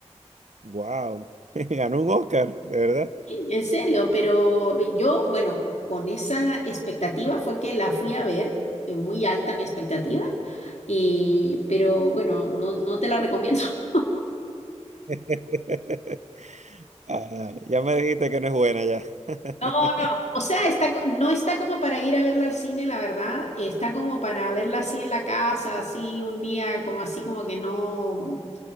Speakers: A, on the right; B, on the left.
A: Wow, <laughs> ganó un Oscar, de verdad.
B: En serio, pero yo, bueno, con esa expectativa fue que la fui a ver, eh, muy alta mi expectativa, y, pero bueno, no, no te la recomiendo. <laughs>
A: <laughs> Ah, ya me dijiste que no es buena ya. <laughs>
B: No, no, o sea, está, co- no está como para ir a verla al cine, la verdad, está como para verla así en la casa, así un día, como así como que no.